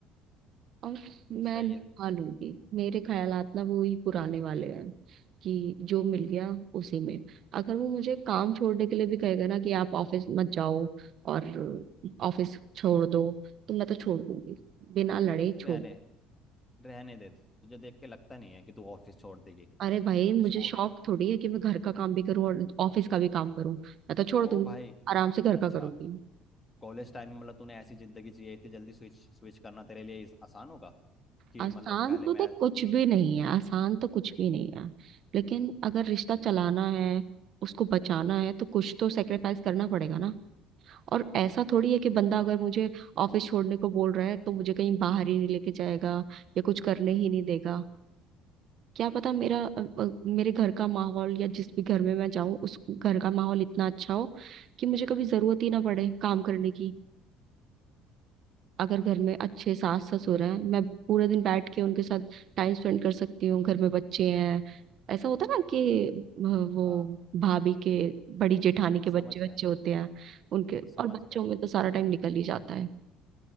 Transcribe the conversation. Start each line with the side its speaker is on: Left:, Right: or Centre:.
Right: और मैं
Left: सही
Right: निभा
Left: है
Right: लूंगी मेरे ख्यालात ना वो ही पुराने वाले हैं कि जो मिल गया उसी में अगर वो मुझे काम छोड़ने के लिए भी कहेगा ना कि आप ऑफिस मत जाओ और ऑफिस छोड़ दो तो मैं तो छोड़ दूंगी बिना लड़े
Left: रहने
Right: छोड़
Left: रहने दे तुझे देख के लगता नहीं है कि तू ऑफिस छोड़ देगी
Right: अरे भाई मुझे
Left: इसको
Right: शौक थोड़ी है कि मैं घर का काम भी करूं और ऑफिस का भी काम करूं मैं तो छोड़
Left: ओ
Right: दूंगी
Left: भाई
Right: आराम से घर का
Left: अच्छा
Right: करूंगी
Left: कॉलेज टाइम में मतलब तूने ऐसी जिंदगी जी है इतनी जल्दी स्विच स्विच करना तेरे लिए इस- आसान होगा कि
Right: आसान
Left: मतलब पहले
Right: तो देख
Left: मैं
Right: कुछ भी नहीं है आसान तो कुछ भी नहीं है लेकिन अगर रिश्ता चलाना है उसको बचाना है तो कुछ तो सेक्रीफाइस करना पड़ेगा ना और ऐसा थोड़ी है कि बंदा अगर मुझे ऑफिस छोड़ने को बोल रहा है तो मुझे कहीं बाहर ही नहीं लेके जाएगा या कुछ करने ही नहीं देगा क्या पता
Left: अच्छा
Right: मेरा अ, अ, मेरे घर का माहौल या जिस भी घर में मैं जाऊं उस घर का माहौल इतना अच्छा हो कि मुझे कभी जरूरत ही ना पड़े काम करने की अगर घर में अच्छे सास ससुर हैं मैं पूरे दिन बैठ के उनके साथ टाइम स्पेंड कर सकती हूँ घर में बच्चे हैं ऐसा होता है ना कि अ, वो
Left: हाँ
Right: भाभी के बड़ी जेठानी के बच्चे
Left: समझ गया
Right: बच्चे होते हैं उनके
Left: समझ
Right: और बच्चों
Left: गया
Right: में तो सारा टाइम निकल ही जाता है